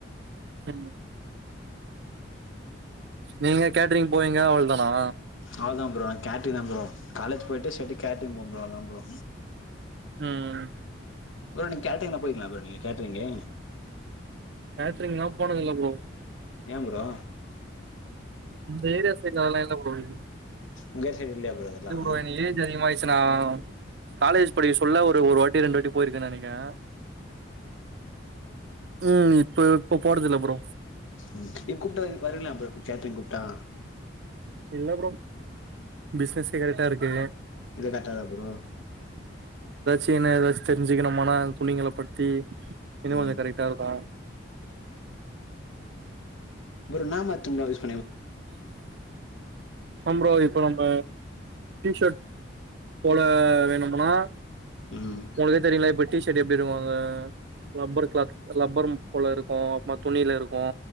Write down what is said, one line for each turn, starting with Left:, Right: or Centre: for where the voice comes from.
Right: <unintelligible> நீங்க கேட்டரிங் போவீங்க அவ்ளதானா
Left: அவ்ளதா ப்ரோ கேட்ரின் தா ப்ரோ காலேஜ் போயிட்டு செட்டு கேட்ரிங் போகு ப்ரோ அதா ப்ரோ
Right: ம்
Left: ஒ நீங்க கேட்ரிங்லா போயக்கலா ப்ரோ நீங்க கேட்ரிங்கு
Right: கேட்ரிங்லா போனது இல்ல ப்ரோ
Left: ஏ ப்ரோ
Right: இந்த ஏரியா சைட்ல அலா இல்ல ப்ரோ ல
Left: உங்க சைடு இல்லையா அதெல்லா
Right: ப்ரோ எனக் ஏஜ் அதிகமாயிடுச்சுனா காலேஜ் படிக சொல்ல ஒரு ஒரு வாட்டி ரெண்டு வாட்டி போயிருக்கே நினக்கே ம் இப்ப போறதில்ல ப்ரோ
Left: ம் நீ கூப்ட்டா வர் வருவிங்ளா ப்ரோ கேட்ரிங் கூப்டா
Right: இல்ல ப்ரோ பிஸ்னசே கரெடா இருக்கு
Left: இது கட்டதா ப்ரோ
Right: தின ஏதாச்சு தெரிஞ்சுக்கனுமானா ந் துணிகள பத்தி இன்னு
Left: ம்
Right: கொஞ்ச கரெக்டா இருக்கு
Left: ஒரு நாம <unintelligible>
Right: ஆ ப்ரோ இப்ப நம்ப ட்ஷர்ட் போல வேணும்னா
Left: ம்
Right: ஒங்களுக்கே தெரியுல இப்ப டிஷர்ட் எப் விருவாங்க லப்பர் க்ளாத் லப்பர் போல இருக்கு அப்மா துணில இருக்கு